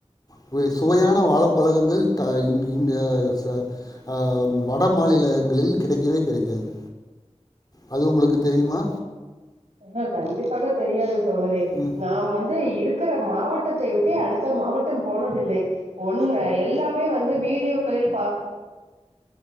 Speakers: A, on the left; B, on the right.
A: போயிருச் சுவையான வாழப்பழங்கள் த இங்க ச அ வட மாநிலங்களில் கிடைக்கவே கிடைக்காது, அது உங்களுக்கு தெரியுமா?
B: ம் கண்டிப்பாக தெரியாது தோழரே
A: ம்
B: நாம் வந்து இரு க்கிற மாவட்டத்தை விட் ட்டே அடுத்த மாவட்டம் போனதில்லை ஒன்னு எல்லாமே வந்து வீடியோ களில்